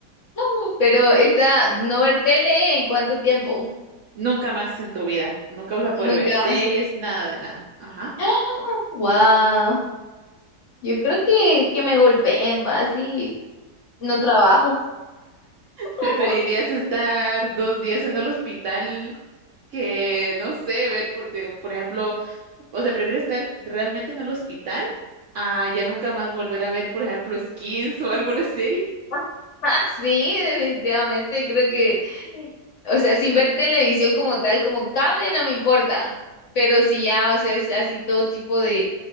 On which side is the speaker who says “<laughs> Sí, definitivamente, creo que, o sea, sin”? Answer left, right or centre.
Left